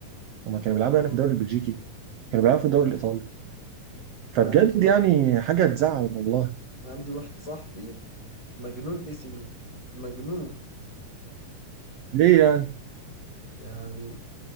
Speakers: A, on the right (about 80°); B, on the left (about 30°).
A: وما كانوا بيلعبوا
B: اه
A: يعني في الدوري البلجيكي كانوا بيلعبوا في الدوري الايطالي فبجد
B: انا عندي واحد
A: يعني حاجه تزعل والله
B: أنا عندي واحد صاحبي مجنون اي سي ميلان مجنون
A: ليه يعني
B: يعني